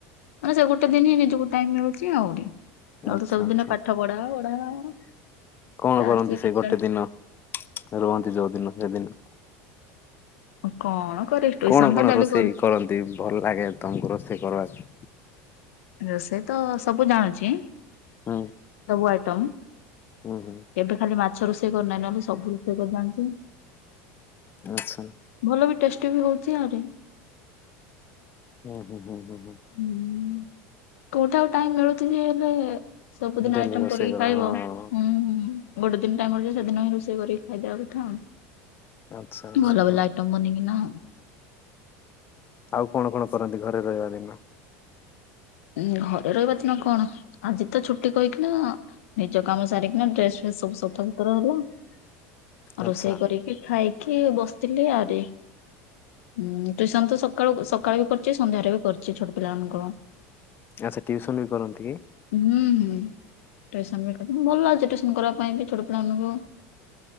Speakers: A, on the left; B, on the left.
A: ମାନେ ସେଗୋଟେ ଦିନି ନିଜକୁ ଟାଇମ୍ ମିଳୁଚି ଆହୁରି। ଆଉତ
B: ଆଚ୍ଛା
A: ସବୁଦିନ
B: ଆଚ୍ଛା।
A: ପାଠ ପଢାହବ ପଢାହବ ଆମର
B: କଣ
A: ଚାଲିଚି
B: କରନ୍ତି ସେ
A: ଟୋଟାଲି
B: ଗୋଟେ ଦିନ ରୁହନ୍ତି ଯୋଉଦିନ ସେଦିନ?
A: ଉ କଣ କରି ଟିଉସନତ
B: କଣ କଣ
A: ଡେଲି
B: ରୋଷେଇ
A: କରୁ
B: କରନ୍ତି ଭଲ ଲାଗେ ତମକୁ ରୋଷେଇ କରିବାକୁ?
A: ରୋଷେଇତ ସବୁ ଜାଣୁଚି
B: ହୁଁ
A: ସବୁ ଆଇଟମ୍
B: ହୁଁ ହୁଁ।
A: ଏବେ ଖାଲି ମାଛ ରୋଷେଇ କରିନାହିଁ ନହେଲେ ସବୁ ରୋଷେଇ କରି ଜାଣିଚି।
B: ଆଚ୍ଛା।
A: ଭଲବି ଟେଷ୍ଟିବି ହଉଚି ଆଉରି
B: ହୁଁ ହୁଁ ହୁଁ।
A: ହୁଁ। କୋଉଠି ଆଉ ଟାଇମ୍ ମିଳୁଚିଯେ ଏବେ ସବୁଦିନ
B: ଡେଲି
A: ଆଇଟମ୍
B: ରୋଷେଇ
A: କରିକି
B: କର
A: ଖାଇବ
B: ହଁ।
A: ହୁଁ ହୁଁ। ଗୋଟେ ଦିନ ଟାଇମ୍ ମିଳୁଚି ସେଦିନ ହିଁ ରୋଷେଇ କରିକି ଖାଇଦବା କଥା ଆଉ।
B: ଆଚ୍ଛା
A: ଭଲ
B: ହଁ ହଁ
A: ଭଲ ଆଇଟମ୍ ବନେଇକିନା ଆଉ।
B: ଆଉ କଣ କଣ କରନ୍ତି ଘରେ ରହିବା ଦିନ?
A: ଉ ଘରେ ରହିବାର ଦିନ କଣ ଆଜିତ ଛୁଟି କହିକିନା ନିଜ କାମ ସାରିକିନା ଡ୍ରେସ୍ ସବୁ ସଫାସୁତର ହେଲା ଆଉ
B: ଆଚ୍ଛା
A: ରୋଷେଇ କରି ଖାଇକି ବସିଥିଲି ଆହୁରି ହୁଁ ଟ୍ୟୁସନତ ସକାଳୁ ସକାଳୁବି କରିଚି ସନ୍ଧ୍ୟାରେବି କରୁଚି ଛୋଟ ପିଲାମାନଙ୍କୁ।
B: ଆଚ୍ଛା ୍ୟୁସନବି କରନ୍ତିକି?
A: ହୁଁ ହୁଁ ଟିଉସନବି କରେ ଭଲ ଲାଗୁଚି ଟିଉସନ୍ କରିବା ପାଇଁବି ଛୋଟ ପିଲା ମାନଙ୍କୁ।